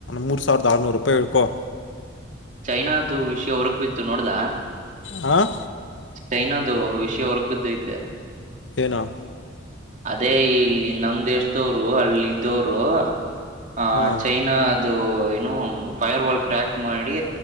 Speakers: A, on the left (about 70°); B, on the right (about 40°).
A: ಮೂರು ಸಾವಿರದ ಆರುನೂರು ರೂಪಾಯಿ ಇಳ್ಕೊ.
B: ಚೈನಾದು ವಿಷಯ ಹೊರಗ್ ಬಿತ್ತು ನೋಡ್ದ.
A: ಹಾ-
B: ಚೈನಾದು ವಿಷಯ ಹೊರ್ಗ್ ಬಿದ್ದತೆ.
A: ಏನೋ
B: ಅದೇ ಇಲ್ಲಿ ನಮ್ ದೇಶದವರು ಅಲ್ಲಿ ಇದ್ದವರು ಹ
A: ಹಾಂ
B: ಚೈನಾ ಅದು ಏನು ಫೈರ್ ವಲ್ ಕ್ರ್ಯಾಕ್ ಮಾಡಿ